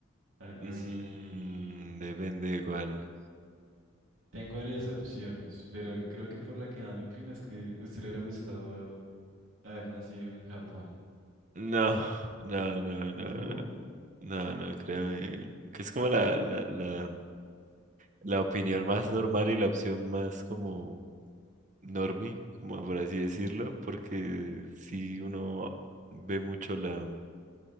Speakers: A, on the right; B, on the right.
A: algo
B: Mm,
A: así.
B: depende de cuál.
A: Tengo varias opciones, pero creo que por la que más me inclino es que a usted le hubiera gustado haber nacido en Japón.
B: No, no, no,
A: ¿No?
B: no, no, no, no, créame. Que es como la, la, la, la opinión más normal y la opción más como normie, como por así decirlo, porque si uno ve mucho la,